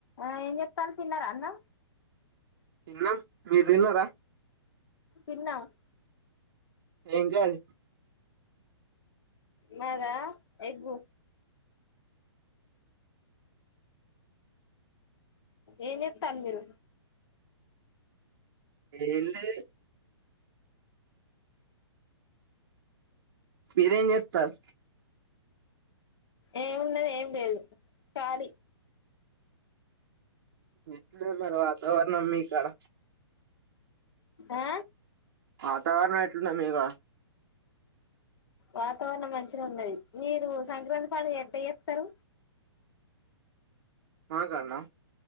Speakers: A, on the left; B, on the right.
A: ఆ ఏం జేత్తాళ్ళు తిన్నరా అన్నం
B: తిన్నం మీర్ దిన్నరా
A: తిన్నామ్
B: ఏం కర్రి
A: మాదా ఎగ్గు ఏం జేత్తాళ్ళు మీరు
B: ఏం లేదు మీరెం జేత్తార్
A: ఏమున్నది ఏం లేదు ఖాళీ
B: ఎట్లున్నది మరి వాతావరణం మీ కాడ
A: ఆ
B: వాతావరణం ఎట్లున్నది మీ కాడ
A: వాతావరణం మంచినే ఉన్నది, మీరు సంక్రాంతి పండుగ ఎట్ల జేత్తరు
B: మాకాన్న